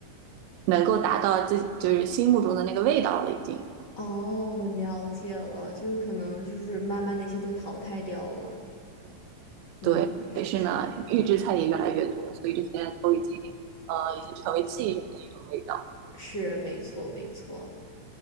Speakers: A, on the right; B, on the left.
A: 能够达到自己就是心目中的那个味道了，已经。
B: 哦，了解了，就是可能就是慢慢那些就淘汰掉了。嗯，
A: 对，
B: 是是
A: 但是呢，预制菜也越来越多，所以这些都已经，呃，已经成为记忆中的一种味道。
B: 是，没错没错。